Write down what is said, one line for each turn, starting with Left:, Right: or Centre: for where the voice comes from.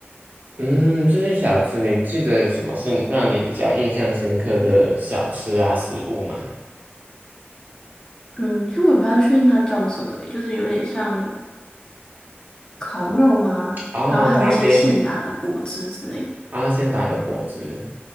Right: 嗯，这些小吃你记得有什么是让你比较印象深刻的小吃啊食物吗？
Left: 嗯，其实我也不太确定它叫什么欸就是有点像烤肉吗？
Right: 啊，
Left: 然后还有一些现打的果汁之类的。
Right: 沙爹。阿仙达的果汁，